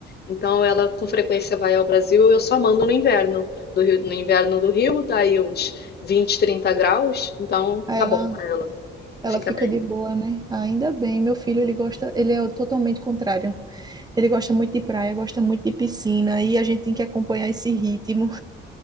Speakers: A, on the left (about 55°); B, on the right (about 20°).
A: então ela com frequência vai ao Brasil. Eu só mando no inverno do Rio, no inverno do Rio, dá aí uns 20, 30 graus, então
B: Aí
A: tá
B: ela,
A: bom pra ela,
B: ela
A: fica
B: fica
A: bem.
B: de boa, né? Ainda bem, meu filho, ele gosta, ele é o totalmente contrário. Ele gosta muito de praia, gosta muito de piscina, e a gente tem que acompanhar esse ritmo.